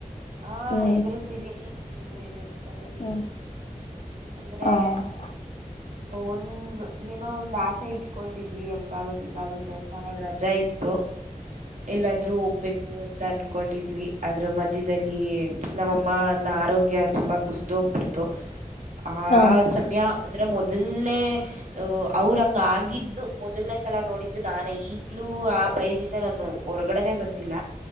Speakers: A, on the right; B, on the left.
A: ಆ
B: ಹ್ಮ್
A: ಎದುರಿಸಿದೀನಿ ಇನ್ನು ತಾನೆ ಇದ್ದೀನಿ
B: ಹ
A: ಅಂದ್ರೆ
B: ಹ
A: ಒಂದು ಏನೋ ಒಂದು ದಾಸೆ ಇಟ್ಕೊಂಡಿದ್ವಿ ಹಂಗ ಆಗುತ್ತೆ ಹಿಂಗ ಆಗುತ್ತೆ ಅಂತ ಅವಾವಾಗ ರಜಾ ಇತ್ತು ಎಲ್ಲಾದ್ರೂ ಹೋಗ್ಬೇಕು ಅ ಅನ್ಕೊಂಡಿದ್ವಿ ಅದ್ರ ಮಧ್ಯದಲ್ಲಿ ನಮ್ಮ ನಮ್ಮನ್ನ ಆರೋಗ್ಯ ತುಂಬಾ ಕುಸ್ದೋಗ್ಬಿಡ್ತು ಆ
B: ಹ
A: ಸಮಯ ಅಂದ್ರೆ ಮೊದಲನೇ ಉ ಅವ್ರಂಗ ಆಗಿದ್ದು ಮೊದಲ್ನೇ ಸಲ ನೋಡಿದ್ದು ನಾನ ಈಗ್ಲೂ ಆ ಭಯದಿಂದ ನಾನು ಹೊರಗಡೆನೆ ಬಂದಿಲ್ಲ